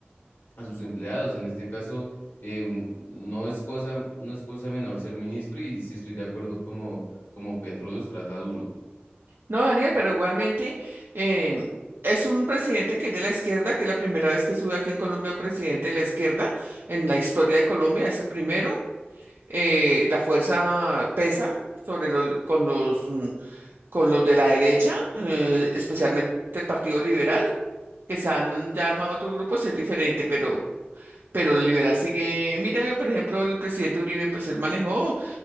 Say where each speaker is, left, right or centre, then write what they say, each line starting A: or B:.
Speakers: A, on the left (about 65°); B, on the right (about 60°).
A: a sus empleados. En este caso, eh, un- no es cosa, no es cosa menor ser ministro y sí estoy de acuerdo como, como Petro los trata duro.
B: No, Daniel, pero igualmente em, es un presidente que es de la izquierda, que es la primera vez que sube aquí en Colombia un presidente de la izquierda en la historia de Colombia, es el primero. Eh, la fuerza pesa sobre los, con los, mm, con los de la derecha, eh, especialmente el Partido Liberal. que se han ya armado otros grupos es diferente, pero, pero el liberal sigue, mira, por ejemplo, el presidente Uribe, pues él manejó